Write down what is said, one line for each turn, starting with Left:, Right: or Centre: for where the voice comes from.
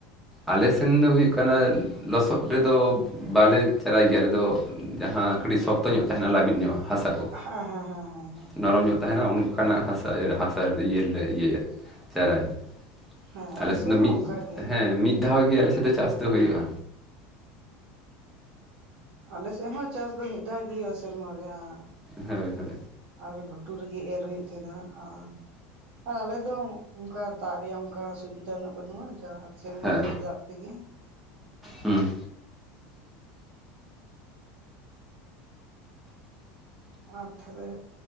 Centre: ᱟᱞᱮᱥᱮᱱ ᱫᱚ ᱦᱩᱭᱩᱜ ᱠᱟᱱᱟ ᱞᱚᱥᱚᱫ ᱨᱮᱫᱚ ᱵᱟᱞᱮ ᱪᱟᱨᱟᱭ ᱜᱮᱭᱟ ᱟᱞᱮ ᱫᱚ ᱡᱟᱦᱟᱸ ᱠᱟᱹᱴᱤᱡ ᱥᱚᱠᱛᱚ ᱧᱚᱜ ᱛᱟᱦᱮᱱᱟ ᱞᱟᱵᱤᱫ ᱧᱚᱜ ᱦᱟᱥᱟ ᱠᱚ
Right: ᱦᱮᱸ ᱦᱮᱸ ᱦᱮᱸᱦᱮᱸ
Centre: ᱱᱚᱨᱚᱢ ᱧᱚᱜ ᱛᱟᱦᱮᱱᱟ ᱚᱱᱠᱟᱱᱟᱜ ᱦᱟᱥᱟ ᱦᱟᱥᱟ ᱤᱭᱟᱹ ᱨᱮᱞᱮ ᱤᱭᱟᱹᱭᱟ ᱪᱟᱨᱟᱭᱞᱮ
Right: ᱦᱮᱸ ᱟᱞᱮ
Centre: ᱟᱞᱮᱥᱮᱫ
Right: ᱥᱮᱫ
Centre: ᱫᱚ
Right: ᱦᱚᱸ
Centre: ᱢᱤᱫ
Right: ᱚᱱᱠᱟ ᱜᱮ
Centre: ᱦᱮᱸ ᱢᱤᱫ ᱫᱷᱟᱣ ᱜᱮ ᱟᱞᱮᱥᱮᱫ ᱫᱚ ᱪᱟᱥ ᱫᱚ ᱦᱩᱭᱩᱜᱼᱟ
Right: ᱟᱞᱮ ᱥᱮᱫ ᱦᱚᱸ ᱪᱟᱥ ᱫᱚ ᱢᱤᱫ ᱫᱷᱟᱣ ᱜᱮ ᱥᱮᱨᱢᱟ ᱨᱮᱭᱟᱜ
Centre: ᱦᱳᱭ ᱦᱳᱭ
Right: ᱟᱨ ᱜᱷᱩᱴᱩ ᱨᱮᱜᱮ ᱮᱨ ᱦᱩᱭᱩᱜ ᱛᱟᱦᱮᱱᱟ ᱟᱨ ᱟᱨ ᱟᱞᱮ ᱫᱚ ᱚᱱᱠᱟ ᱫᱟᱜ ᱨᱮᱭᱟᱜ ᱚᱱᱠᱟ ᱥᱩᱵᱤᱫᱷᱟ ᱩᱱᱟᱹᱜ ᱵᱟᱹᱱᱩᱜᱼᱟ ᱡᱟ ᱥᱮᱨᱢᱟ
Centre: ᱦᱮᱸ
Right: ᱫᱟᱲᱮ ᱫᱟᱜ ᱛᱮᱜᱮ
Centre: ᱦᱩᱸ
Right: ᱟᱨ ᱛᱟᱦᱚᱞᱮ